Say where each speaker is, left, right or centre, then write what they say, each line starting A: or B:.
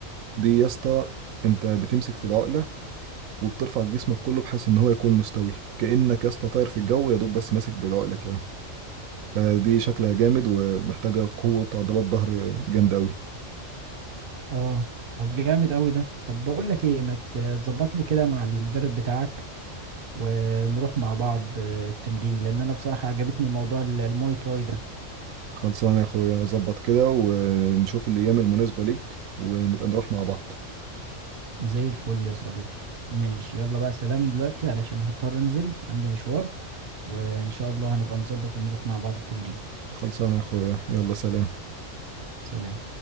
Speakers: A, on the right; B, on the right.
A: دي يا اسطى انت بتمسك في العقلة وبترفع جسمك كله بحيث ان هو يكون مستوي كأنك يا اسطى طاير في الجو يا دوب بس ماسك بالعقلة كده فدي شكلها جامد ومحتاجة قوة عضلات ظهر جامدة أوي
B: اه طب جامد قوي ده طب بقول لك ايه ما ت- تظبط لي كده مع المدرب بتاعك ونروح مع بعض آه، التمرين لان انا بصراحة عجبتني موضوع ال- الماي تاي ده
A: خلصان يا اخويا ظبط كده ونشوف الايام المناسبة ليك ونبقى نروح مع بعض
B: زي الفل يا صديقي ماشي يلا بقى سلام دلوقتي علشان هضطر انزل عندي مشوار وان شاء الله هنبقى نظبط ونروح مع بعض التمرين
A: خلصان يا اخويا يلا سلام
B: سلام